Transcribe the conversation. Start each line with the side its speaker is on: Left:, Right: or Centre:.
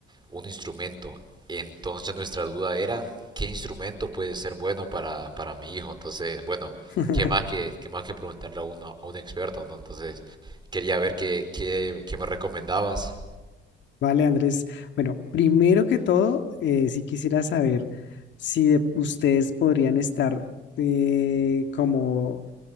Right: un instrumento. Entonces nuestra duda era qué instrumento puede ser bueno para, para mi hijo. Entonces, bueno,
Left: <laughs>
Right: qué más que, qué más que preguntarle a, uno- a un experto, ¿no? Entonces quería ver qué, qué, qué me recomendabas.
Left: Vale, Andrés. Bueno, primero que todo, eh, sí quisiera saber si de- ustedes podrían estar eh, como